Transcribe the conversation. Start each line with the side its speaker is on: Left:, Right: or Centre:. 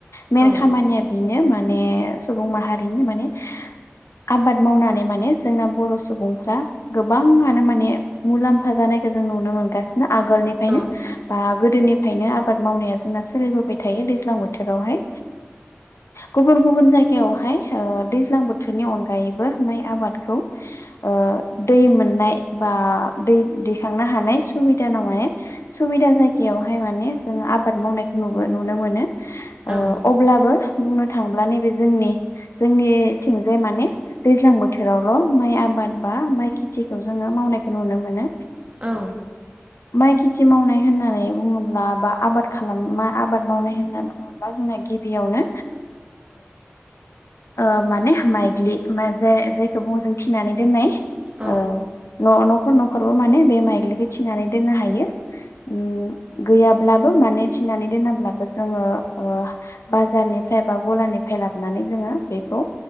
Left: मेन
Right: औ
Left: खामानिया बेनो माने सुबुं माहारिनि माने आबाद मावनानै माने जोंना बर' सुबुंफ्रा गोबाङानो माने मुलाम्फा जानायखौ जों नुनो मोनगासिनो आगोलनिफ्रायनो
Right: औ
Left: बा गोदोनिफायनो आबाद मावनाया जोंना सोलिबोबाय थायो दैज्लां बोथोरावहाय। गुबुन गुबुन जायगायावहाय ओ दैज्लां बोथोरनि अनगायैबो माइ आबादखौ ओ दै मोननाय बा दै दिखांनो हानाय सुबिदा नं माने सुबिदा जायगायाव बेयावहाय माने जोङो आबाद मावनायखौ नुनो मोनो ओ
Right: औ
Left: अब्लाबो बुंनो थाङोब्ला नैबे जोंनि जोंनिथिंजाय माने दैज्लां बोथोरावल' माइ आबाद बा माइ खेथिखौ जोङो मावनायखौ नुनो मोनो।
Right: औ
Left: माइ खेथि मावनाय होननानै बुङोब्ला बा आबाद खालाम आबाद मावनाय होनना बुङोब्ला जोंना गिबियावनो ओ माने माइग्लि मा जाय जायखौ बुङो जों थिनानै दोननाय,
Right: औ
Left: ओ न'खर न'खरबो माने बे माइग्लिखौ थिनानै दोननो हायो। ओम गैया ब्लाबो माने थिनानै दोनाब्लाबो जोङो ओ बाजारनिफ्राइ बा गलानिफ्राय लानानै, जोङो बेखौ